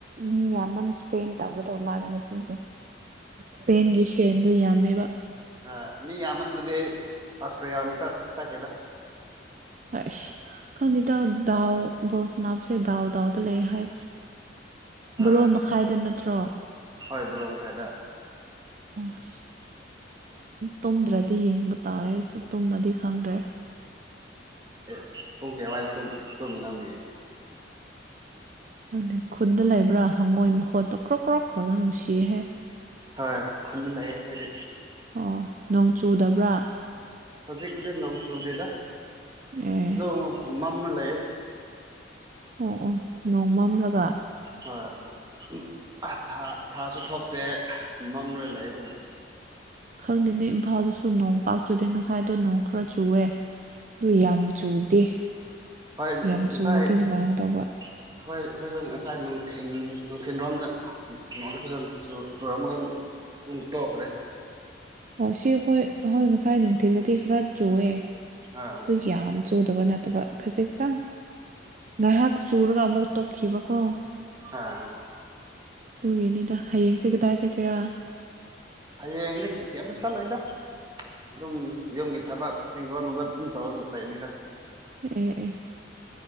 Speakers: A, on the right (about 40°); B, on the right (about 20°).
A: ꯃꯤ ꯌꯥꯝꯌꯥꯝꯕꯅ ꯏꯁꯄꯦꯟ ꯇꯧꯒꯗꯕ ꯃꯥꯜꯂꯦ ꯉꯁꯤꯁꯦ ꯏꯁꯄꯦꯟꯒꯤ ꯐꯦꯟꯗꯨ ꯌꯥꯝꯃꯦꯕ
B: ꯑ ꯃꯤ ꯌꯥꯃꯜ ꯅꯗꯤꯦ ꯑꯣꯁꯇ꯭ꯔꯦꯂꯤꯌꯥ ꯋꯥꯅ ꯆ ꯆꯀꯦꯗ
A: ꯑꯦꯁ ꯀꯥꯟ ꯏꯗ ꯗꯎ ꯕꯣꯜꯁ ꯅꯥꯞꯁꯦ ꯗꯥꯎ ꯗꯥꯎꯗ ꯂꯩ ꯍꯥꯏ ꯕꯣꯔꯣ
B: ꯑꯥ
A: ꯃꯈꯥꯏꯗ ꯅꯠꯇ꯭ꯔꯣ
B: ꯍꯣꯏ ꯕꯣꯔꯣꯝꯈꯥꯏꯗ
A: ꯑꯁ ꯇꯨꯝꯗ꯭ꯔꯗꯤ ꯌꯦꯡꯕ ꯇꯥꯔꯦ ꯑꯩꯁꯨ ꯇꯨꯝꯃꯗꯤ ꯈꯪꯗ꯭ꯔꯦ
B: ꯑꯦ ꯄꯨꯡ ꯀ ꯑꯗꯨꯋꯥꯏꯗ ꯇꯨꯝꯃꯤ ꯅꯪꯗꯤ
A: ꯑꯗꯨꯪꯗ ꯈꯨꯟꯗ ꯂꯩꯕ꯭ꯔꯥ ꯍꯪꯉꯣꯏ ꯃꯈꯣꯠꯇꯣ ꯀ꯭ꯔꯛ ꯀ꯭ꯔꯛꯇꯅ ꯅꯨꯡꯁꯤꯍꯦ
B: ꯍꯣꯏ ꯈꯨꯅ ꯂꯥꯛꯑꯦ ꯑꯩꯣꯏꯗꯤ
A: ꯑꯣ ꯅꯣꯡ ꯆꯨꯗꯕ꯭ꯔꯥ
B: ꯍꯧꯖꯤ ꯀꯗꯗ ꯅꯪ ꯆꯗꯗ
A: ꯑꯦ
B: ꯅ ꯃꯃ ꯂꯩ
A: ꯑꯣ ꯑꯣ ꯅꯣꯡ ꯃꯝꯂꯒ
B: ꯍꯣꯏ ꯊꯥꯁꯨ ꯊꯣꯛꯇꯦ
A: ꯑꯁ
B: ꯃꯝ ꯂꯩ ꯂꯩ ꯑꯗꯨꯝ
A: ꯈꯪꯗꯦꯅꯦ ꯏꯝꯐꯥꯜꯗꯁꯨ ꯅꯣꯡ ꯄꯥꯛꯇꯨꯗꯦ ꯉꯁꯥꯏ ꯑꯗꯨꯅꯣ ꯈꯔ ꯆꯨꯑꯦ ꯑꯗꯨ ꯌꯥꯝ ꯆꯨꯗꯦ
B: ꯍꯣꯏꯁꯥꯏꯦ
A: ꯌꯥꯝ ꯆꯨꯔꯗꯤ
B: ꯑꯩꯈꯣꯏ
A: ꯅꯨꯡꯉꯥꯏꯒꯗꯕ
B: ꯑꯩꯈꯣꯏꯁꯨ ꯉꯁꯥꯏ ꯅꯨꯡꯊꯜ ꯅꯨꯡꯊꯤꯜꯔꯣꯝꯗ ꯅꯉꯣꯟꯗ ꯐꯖ ꯇꯣꯔꯥꯃ ꯇꯧꯈꯔꯦ
A: ꯑꯣ ꯁꯤ ꯑꯩꯈꯣꯏ ꯑꯩꯈꯣꯏ ꯉꯁꯥꯏ ꯅꯨꯡꯊꯤꯜꯗꯗꯤ ꯈꯔ ꯆꯨꯑꯦ
B: ꯑꯥ
A: ꯑꯗꯨ ꯌꯥꯝ ꯆꯨꯗꯕ ꯅꯠꯇꯕ ꯈꯖꯤꯛꯇꯪ ꯉꯥꯏꯍꯥꯛ ꯆꯨꯔꯒ ꯑꯃꯨꯛ ꯇꯣꯛꯈꯤꯕꯀꯣ
B: ꯑꯥ
A: ꯑꯗꯨꯒꯤꯅꯤꯗ ꯍꯌꯦꯡꯁꯦ ꯀꯗꯥꯏ ꯆꯠꯒꯦꯔꯥ
B: ꯍꯌꯦꯡꯗꯤ ꯀꯩꯝꯇ ꯆꯠꯂꯣꯏꯗ ꯑꯗꯨꯝ ꯌꯨꯝꯒꯤ ꯊꯕꯛ ꯍꯤꯡꯒꯣꯒꯨꯝꯕ ꯑꯗꯨꯝ ꯇꯧꯔ ꯂꯩꯅꯤꯗ
A: ꯎꯝ ꯎꯝ